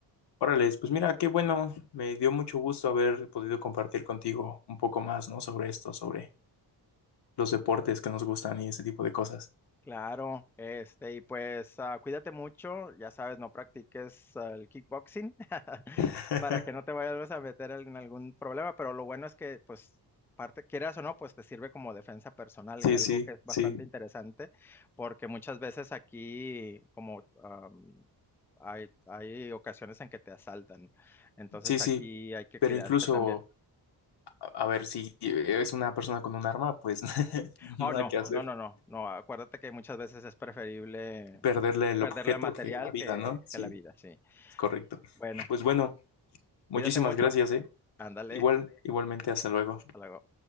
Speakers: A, on the left; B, in the centre.
A: Órale, pues mira, qué bueno. Me dio mucho gusto haber podido compartir contigo un poco más, ¿no? Sobre esto, sobre los deportes que nos gustan y ese tipo de cosas.
B: Claro, este, y pues ah, cuídate mucho, ya sabes, no practiques ah, el kickboxing <laughs>
A: <laughs>
B: para que no te vayas a meter en algún problema, pero lo bueno es que, pues, parte, quieras o no, pues te sirve como defensa personal
A: Sí,
B: y algo
A: sí,
B: que es bastante
A: sí,
B: interesante, porque muchas veces aquí, como am, hay, hay ocasiones en que te asaltan, entonces
A: sí, sí.
B: aquí hay que
A: Pero
B: cuidarse
A: incluso,
B: también.
A: a, a ver, si es una persona con un arma, pues <laughs> nada
B: Oh, no,
A: que hacer.
B: no, no, no, no. Acuérdate que muchas veces es preferible
A: Perderle el
B: perderle
A: objeto
B: material
A: que la vida,
B: que,
A: ¿no? Sí.
B: que la vida, sí.
A: correcto.
B: Bueno,
A: Pues bueno, muchísimas
B: cuídate mucho.
A: gracias, ¿eh?
B: Ándale,
A: Igual, igualmente, hasta luego.
B: hasta luego.